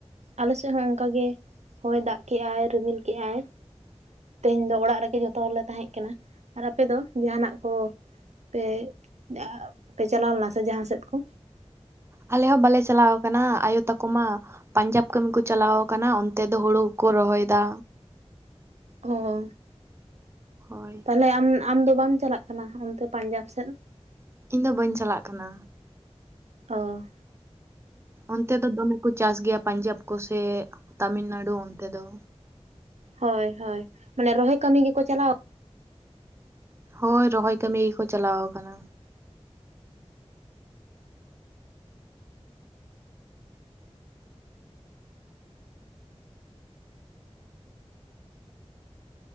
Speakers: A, on the right (about 90°); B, on the right (about 25°).
A: ᱟᱞᱮᱥᱮᱫ ᱦᱚ ᱚᱱᱠᱟ ᱜᱮ ᱦᱚᱭ ᱫᱟᱜ ᱠᱮᱫᱟᱭ ᱨᱤᱢᱤᱞ ᱠᱮᱜᱟᱭ ᱛᱮᱦᱮᱧ ᱫᱚ ᱚᱲᱟᱜ ᱨᱮᱜᱮ ᱡᱚᱛᱚ ᱦᱚᱲᱞᱮ ᱛᱟᱦᱮ ᱠᱟᱱᱟ ᱟᱨ ᱟᱯᱮ ᱫᱚ ᱡᱟᱦᱟᱱᱟᱜ ᱠᱚ ᱯᱮ <unintelligible> ᱪᱟᱞᱟᱣ ᱞᱮᱱᱟ ᱥᱮ ᱡᱟᱦᱟ ᱥᱮᱫ ᱠᱚ
B: ᱟᱞᱮ ᱦᱚ ᱵᱟᱞᱮ ᱪᱟᱞᱟᱣ ᱠᱟᱱᱟ ᱟᱭᱳ ᱛᱟᱠᱚ ᱢᱟ ᱯᱟᱧᱡᱟᱵᱽ ᱠᱟᱹᱢᱤ ᱠᱚ ᱪᱟᱞᱟᱣ ᱟᱠᱟᱱᱟ ᱚᱱᱛᱮ ᱫᱚ ᱦᱩᱲᱩ ᱠᱚ ᱨᱚᱦᱚᱭᱮᱫᱟ
A: ᱚᱦᱚ
B: ᱦᱳᱭ
A: ᱛᱟᱦᱚᱞᱮ ᱟᱢ ᱟᱢ ᱫᱚ ᱵᱟᱢ ᱪᱟᱞᱟᱜ ᱠᱟᱱᱟ ᱚᱱᱛᱮ ᱯᱟᱧᱡᱟᱵᱽ ᱥᱮᱫ
B: ᱤᱧ ᱫᱚ ᱵᱟᱹᱧ ᱪᱟᱞᱟᱜ ᱠᱟᱱᱟ
A: ᱚᱻ
B: ᱚᱱᱛᱮ ᱫᱚ ᱫᱚᱢᱮ ᱠᱚ ᱪᱟᱥ ᱜᱮᱭᱟ ᱯᱟᱧᱡᱟᱵᱽ ᱠᱚᱥᱮ ᱛᱟᱢᱤᱞᱱᱟᱲᱩ ᱚᱱᱛᱮ ᱫᱚ
A: ᱦᱳᱭ ᱦᱳᱭ ᱢᱟᱱᱮ ᱨᱚᱦᱚᱭ ᱠᱟᱹᱢᱤ ᱜᱮᱠᱚ ᱪᱟᱞᱟᱣ
B: ᱦᱳᱭ ᱨᱚᱦᱚᱭ ᱠᱟᱹᱢᱤ ᱜᱮᱠᱚ ᱪᱟᱞᱟᱣ ᱟᱠᱟᱱᱟ᱾